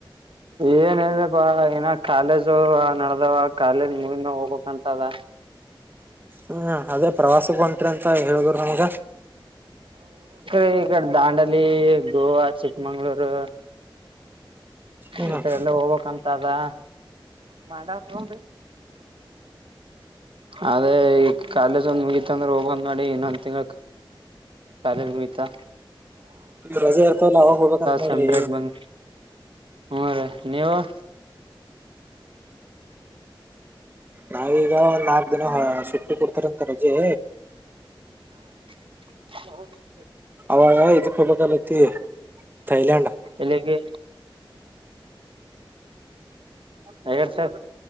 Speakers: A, on the right (about 80°); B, on the right (about 25°).
A: ಏನ್ಲ್ಪ್ಪಾ ಏನ ಕಾಲೇಜು ನಡ್ದವ ಕಾಲೇಜ್ ಮುಗಿನ ಹೋಗಬೇಕಂತದ
B: ಹಾ ಅದೇ ಪ್ರವಾಸಕ್ಕೆ ಹೊಂಟ್ರರಿ ಅಂತ ಹೇಳಿದ್ರ ನಮಗ
A: ಈಡೆ ದಾಂಡಲಿ ಗೋವಾ ಚಿಕ್ಕ ಮಂಗ್ಳೂರು
B: ಹ್ಮ್
A: ಮತ್ತ ಎಲ್ಲ ಹೋಗ್ಕ್ಂತ ಅದಾ ಮಾಡಾಕ <inaudible> ಅದೇ ಈ ಕಾಲೇಜ್ ಒಂದ್ ಮುಗೀತ ಅಂದ್ರೆ ಹೋಗಂದ್ ನೋಡಿ ಇನ್ನೊಂದ್ ತಿಂಗಳ ಕಾಲೇಜ್ ಮುಗಿತಾ
B: ರಜೆ ಇರ್ತವಲ್ಲ ಅವಂಗ ಹೋಗಬೇಕಂತ ನೋಡ್ರಿ
A: ಸೆಮ್ ಬ್ರೇಕ್ ಬಂದ ಹ್ಮ ರ ನೀವು <inaudible>
B: ನಾವೀಗ ಒಂದ್ ನಾಲ್ಕ್ ದಿನ ಸುಟ್ಟಿ ಕೊಡ್ತಾರ ರಜೆ
A: ಹ <inaudible>
B: ಅವಾಗ ಇದಕ್ಕ ಹೋಗಕತ್ತಿ ಥೈಲ್ಯಾಂಡ್
A: ಎಲ್ಲಿಗೆ ಹಗಾರ ಸರ್